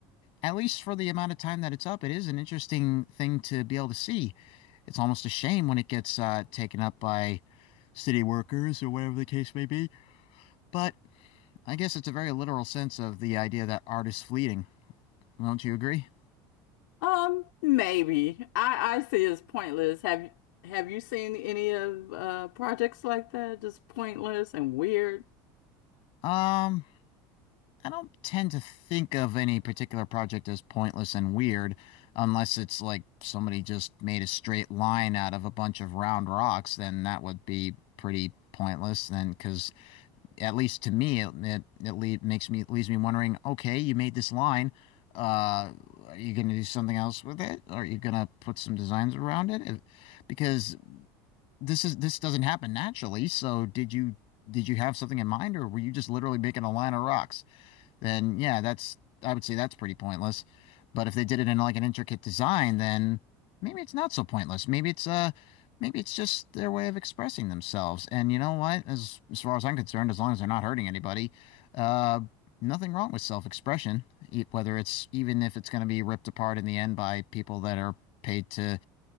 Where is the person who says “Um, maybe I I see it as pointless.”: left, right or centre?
Left